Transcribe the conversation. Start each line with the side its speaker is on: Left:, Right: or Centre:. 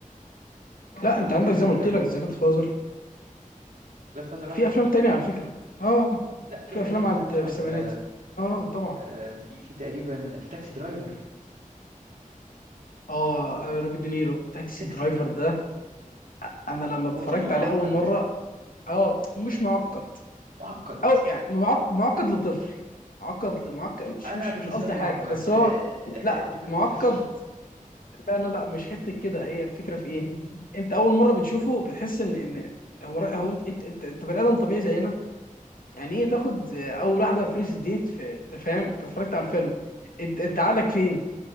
Left: لا انت عندك
Right: من
Left: زي
Right: الافلام
Left: ما قلت لك زي جاد فازر
Right: جاد فازر واحد
Left: في
Right: واتنين
Left: افلام تانية على فكره اه
Right: لا فيها
Left: في
Right: فيها
Left: افلام
Right: افلام
Left: عند
Right: طبعا
Left: في السبعينات
Right: انت
Left: اه طبعا
Right: آه، في في تقريبا في تاكسي درايفر
Left: اه روبي دينيرو تاكسي
Right: تاكسي
Left: درايفر
Right: درايفر
Left: ده انا لما اتفرجت
Right: هو فيلم
Left: عليه
Right: معقد
Left: اول مره اه مش معقد
Right: معقد
Left: او يعني معق- معقد لطفل معقد ل- معقد مش
Right: انا
Left: مش
Right: بالنسبه
Left: مش قصدي
Right: لي معقد
Left: حاجه بس هو
Right: آه،
Left: لا
Right: اعتبرني
Left: معقد
Right: طفل
Left: لا لا لا مش حته كده هي الفكره في ايه انت اول مره بتشوفه بتحس ان ان هو را- هو انت انت انت, انت بني ادم طبيعي زينا يعني ايه تاخد اول واحده فيرست ديت في انت فاهم انت اتفرجت على الفيلم انت انت عقلك فين